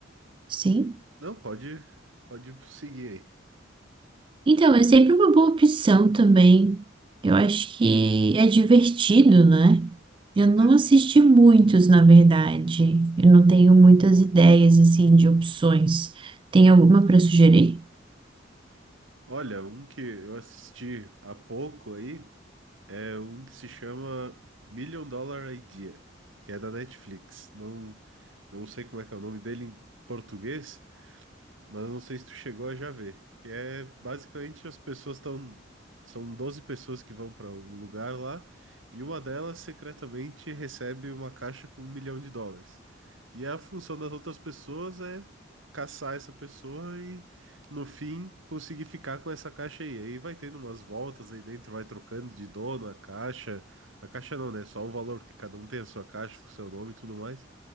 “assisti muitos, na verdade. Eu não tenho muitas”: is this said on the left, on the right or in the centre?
Right